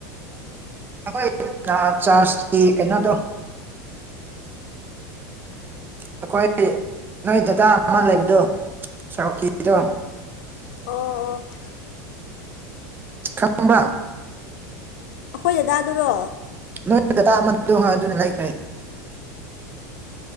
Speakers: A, on the right; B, on the left.
A: ꯑꯩꯣꯏ ꯆꯥꯔꯖꯇ ꯀꯩꯅꯣ ꯇꯧ ꯑꯩꯈꯣꯏ ꯅꯣꯏ ꯗꯗꯥ ꯑꯃ ꯂꯩꯕꯗꯣ ꯁꯔꯀꯤꯗꯣ
B: ꯑꯩꯈꯣꯏ
A: ꯈꯪꯕ
B: ꯑꯩꯈꯣꯏ ꯑꯖꯗꯥꯗꯨꯔꯣ
A: ꯅꯣꯏ ꯗꯗꯥ ꯑꯃꯗ ꯑꯗꯨꯅ ꯂꯩꯈ꯭ꯔꯦ